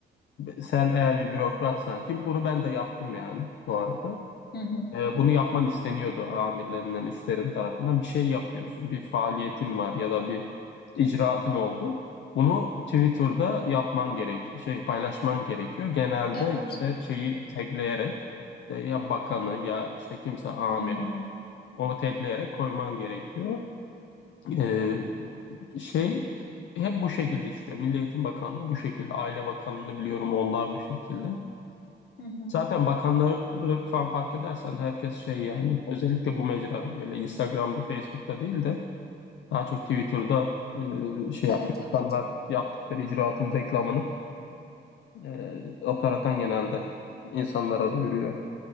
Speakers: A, on the left; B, on the left.
A: sen eğer bir bürokratsan ki bunu ben de yaptım yani bu arada.
B: hı hı.
A: E, bunu yapman isteniyordu amirlerinden, üstlerin tarafından. Bir şey yapıyorsun, bir faaliyetin var ya da bir icraatın oldu. Bunu Twitter'da yapman gerek, şey paylaşman gerekiyor. Genelde
B: Evet.
A: işte şeyi tagleyerek işte ya bakanı ya işte kimse amiri
B: Hmm,
A: onu tagleyerek koyman gerekiyor. E, şey hep bu şekilde işliyor. Milli Eğitim Bakanlığı bu şekilde, Aile Bakanlığı'nı biliyorum onlar bu şekilde.
B: hı hı.
A: Zaten bakanları falan fark edersen herkes şey yani özellikle bu mecrada öyle Instagram'da, Facebook'ta değil de daha çok Twitter'da e, şey
B: Evet
A: yapıyor.
B: evet.
A: İnsanlar yaptıkları icraatın reklamını e, o taraftan genelde insanlara duyuruyor.